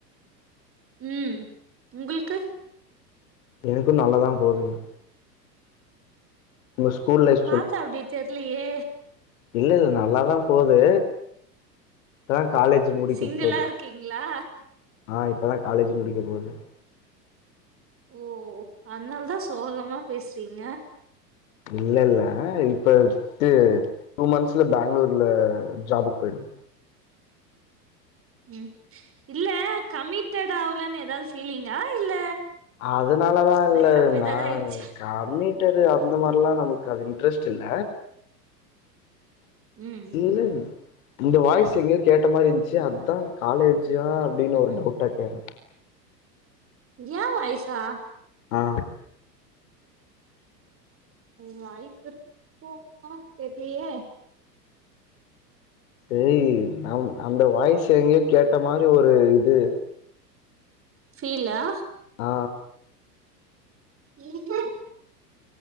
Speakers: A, on the right; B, on the left.
A: உம் உங்கள்க்கு
B: எனக்கு நல்லாதா போதுங் உங்க ஸ்கூல் லைஃப்
A: பாத்தா அப்டி தெர்லையே
B: இல்லல்ல நல்லாதா போதூ இப்பதா காலேஜி முடிக்க
A: சிங்கிளா
B: போது
A: இருக்கீங்களா?
B: ஆ இப்பொதா காலேஜி முடிக்க போது
A: ஓ அதுனாலதா சோகமா பேசுறீங்க
B: இல்லெல்ல இப்ப ட்டு டூ மந்த்ஸ்ல பெங்களூர்ல ஜாபுக் பொயிடுவ
A: ம் இல்லே கமிட்டெட் ஆவலன்னு ஏதாவது ஃபீலிங்கா இல்ல
B: அதுனாலலா
A: பிரேக்கப்
B: இல்ல
A: ஏதாவது
B: நாங்
A: ஆயிடுச்சா?
B: கமிட்டடு அந்த மாரிலா நமக்கு அது இன்ட்ரெஸ்ட் இல்ல
A: உம்
B: இல்லங் இந்த வாய்ஸ எங்கயோ கேட்ட மாரி இருந்ச்சு அதா காலேஜா அப்டின்னு ஒரு டவுட்டா கேட்டே
A: ஏ வாய்ஸா
B: ஆ
A: வாய்ப்பிருக் கோமா தெர்லையே
B: செரீ நம் அந்த வாய்ஸ எங்கயோ கேட்ட மாரி ஒரு இது
A: ஃபீல்லா
B: ஆ
A: <unintelligible>